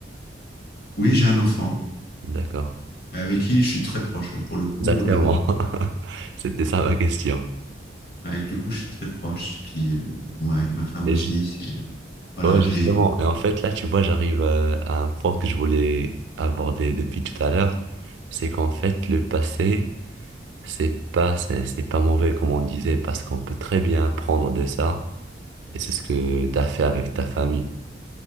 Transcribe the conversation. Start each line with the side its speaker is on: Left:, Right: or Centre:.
Left: Oui, j'ai un enfant
Right: D'accord.
Left: euh, avec qui je suis très proche. Pour le coup,
Right: Exactement.
Left: euh,
Right: <laughs> C'était ça ma question.
Left: avec le coup, je suis très proche. Puis euh, bon, avec ma femme
Right: Et
Left: aussi,
Right: ju-
Left: c'est euh, voilà,
Right: ouais, justement.
Left: j'ai
Right: Et en fait, là, tu vois, j'arrive à, à un point que je voulais aborder depuis tout à l'heure. C'est qu'en fait, le passé. C'est pas, c'est c'est pas mauvais comme on disait, parce qu'on peut très bien apprendre de ça, et c'est ce que tu as fait avec ta famille.